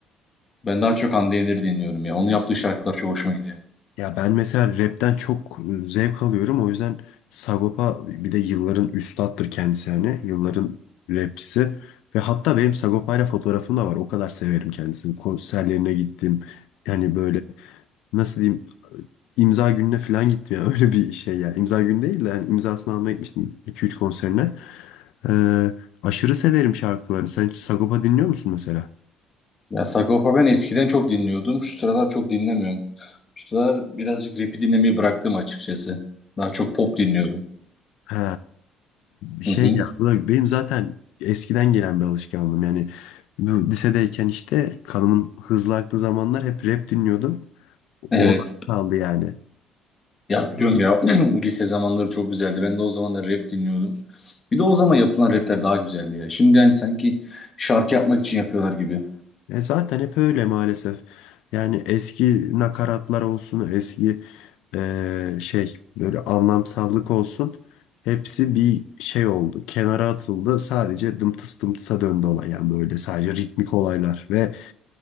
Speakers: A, on the left (about 20°); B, on the left (about 75°).
A: Ben daha çok Hande Yener'i dinliyorum ya. Onun yaptığı şarkılar çok hoşuma gidiyor.
B: Ya ben mesela rapten çok zevk alıyorum. O yüzden Sagopa bir de yılların üstattır kendisi hani. Yılların rapçisi. Ve hatta benim Sagopa'yla fotoğrafım da var. O kadar severim kendisini. Konserlerine gittim. Yani böyle nasıl diyeyim imza gününe falan gittim. ya <laughs> öyle bir şey yani. İmza günü değil de yani imzasını almaya gitmiştim 2-3 konserine. Ee, aşırı severim şarkılarını. Sen hiç Sagopa dinliyor musun mesela?
A: Ya Sagopa ben eskiden çok dinliyordum. Şu sıralar çok dinlemiyorum. Şu sıralar birazcık rap'i dinlemeyi bıraktım açıkçası. Daha çok pop dinliyorum.
B: He. Şey
A: Hı hı.
B: ya bırak, benim zaten eskiden gelen bir alışkanlığım yani bu lisedeyken işte kanımın hızlı aktığı zamanlar hep rap dinliyordum.
A: Evet.
B: Orada kaldı yani.
A: Ya biliyorum ya <clears throat> lise zamanları çok güzeldi. Ben de o zamanlar rap dinliyordum. Bir de o zaman yapılan rapler daha güzeldi ya. Şimdi yani sanki şarkı yapmak için yapıyorlar gibi.
B: E zaten hep öyle maalesef. Yani eski nakaratlar olsun, eski e, şey böyle anlamsallık olsun. Hepsi bir şey oldu. Kenara atıldı. Sadece dımtıs dımtısa döndü olay yani böyle sadece ritmik olaylar ve e,